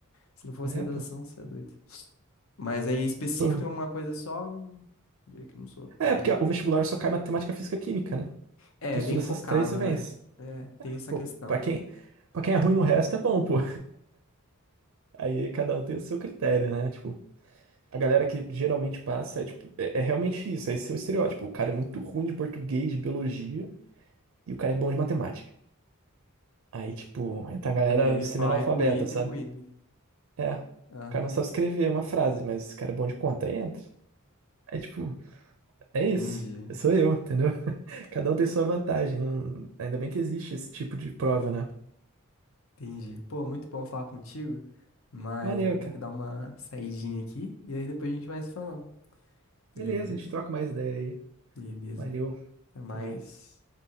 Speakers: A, on the left; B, on the right.
A: Se não fosse
B: É,
A: redação,
B: pô.
A: você é doido. Mas aí, específico
B: Pô.
A: em uma coisa só, hum, diria que não sou tão.
B: É, porque o vestibular só cai matemática, física, química, né?
A: É,
B: Tu estuda
A: bem focado,
B: essas três e vence.
A: né? É, tem essa
B: Pô,
A: questão.
B: pra quem, pra quem é ruim no resto, é bom, pô. Aí cada um tem o seu critério, né? Tipo, a galera que geralmente passa é, tipo, é, é realmente isso, esse é o estereótipo. O cara é muito ruim de português, de biologia, e o cara é bom de matemática. Aí, tipo, entra a galera
A: Aí
B: semi-analfabeta,
A: vai pro Ita
B: sabe?
A: e pro IME.
B: É, o
A: Aham,
B: cara não sabe escrever uma frase, mas esse cara é bom de conta, aí entra. É tipo, é isso.
A: entendi,
B: Sou eu, entendeu? <laughs> Cada um tem sua vantagem. não- Ainda bem que existe esse tipo de prova, né?
A: entendi. Pô, muito bom falar contigo, mas
B: Maneiro,
A: eu vou ter
B: cara.
A: que dar uma saidinha aqui e aí depois a gente vai se falando.
B: Beleza,
A: Beleza?
B: a gente troca mais ideia aí.
A: Beleza.
B: Valeu,
A: Até mais.
B: até mais.